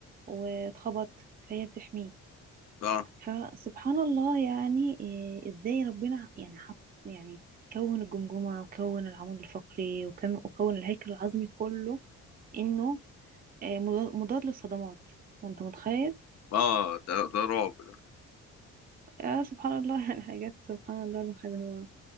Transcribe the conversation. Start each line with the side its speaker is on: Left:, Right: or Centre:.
Right: واتخبط فهي بتحميه
Left: اه
Right: فسبحان الله يعني آه، ازاي ربنا يعني حط يعني كون الجمجمة وكون العمود الفقري وكم- وكون الهيكل العظمي كله انه آه، مضاد مضاد للصدمات وانت متخيل
Left: اه ده ده رعب ده.
Right: آه سبحان الله <laughs> يعني حاجات سبحان الله الواحد هو